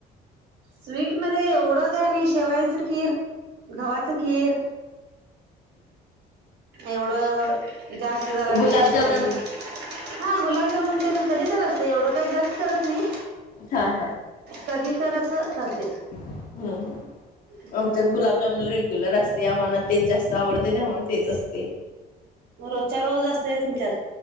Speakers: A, on the right; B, on the left.
A: स्वीटमध्येध्ये एवढंच आहे नाही शेवायचं खीर गव्हाचं खीर एवढं जास्त झाला विशेष
B: गुलाबजामन
A: करून हा गुलाबजामुन ते कधी करत एवढं काही जास्त करत नाही
B: हा हा
A: कधी तर अस असे
B: हम्म हम्म
A: हम्म
B: आमच्या गुलाबजामन रेग्युलर असते आम्हाला तेच जास्त आवडते त्यामुळे तेच असते
A: मग रोजच्या रोज असतेय तुमच्यात